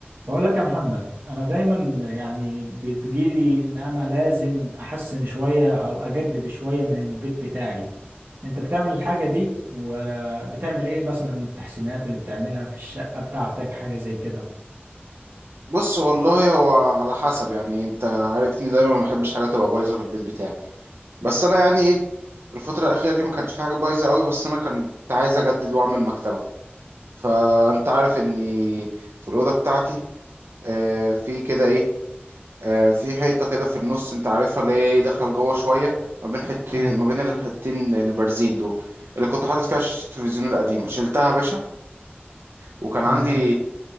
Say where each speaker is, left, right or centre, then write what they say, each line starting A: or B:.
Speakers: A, on the right; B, on the right.
A: بقول لك يا محمد انا دايما يعني بتجيلي ان انا لازم احسن شوية او اجدد شوية من البيت بتاعي انت بتعمل الحاجة دي ولا بتعمل ايه مثلا التحسينات اللي بتعملها في الشقة بتاعتك حاجة زي كده
B: بص والله هو على حسب يعني انت عارفني دايما ما بحبش حاجه تبقى بايظه في البيت بتاعي بس انا يعني ايه الفتره الاخيره دي ما كانش في حاجه بايظه قوي بس انا كنت عايز اجدد واعمل مكتبه فانت عارف اني في الاوضه بتاعتي آه في كده ايه آه في حيطه كده في النص انت عارفها اللي هي ايه دخل جوه شويه ما بين حتتين
A: فاهم
B: ما بين الحتتين البارزين دول اللي كنت حاطط فيها شاشه التلفزيون القديمه شلتها يا باشا وكان
A: تمام
B: عندي